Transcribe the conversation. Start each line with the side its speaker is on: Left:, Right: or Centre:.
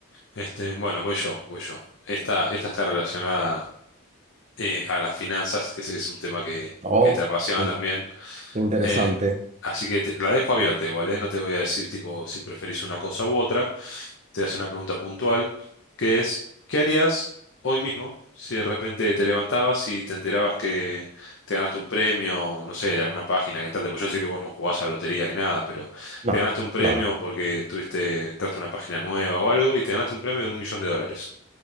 Left: Este, bueno, voy yo, voy yo. Esta, esta está relacionada eh, a las finanzas, que sé que es un tema que,
Right: Oh,
Left: que te apasiona
Right: in-
Left: también.
Right: interesante.
Left: Eh, así que te- la dejo abierta igual, ¿eh? No te voy a decir tipo si preferís una cosa u otra. Te hace una pregunta puntual, que es, ¿qué harías hoy mismo si de repente te levantabas y te enterabas que te ganaste un premio, no sé, de alguna página que entraste? Pues yo sé que vos no jugás a la lotería ni nada, pero
Right: No,
Left: te ganaste un premio
Right: no, no.
Left: porque tuviste entraste a una página nueva o algo y te ganaste un premio de un millón de dólares.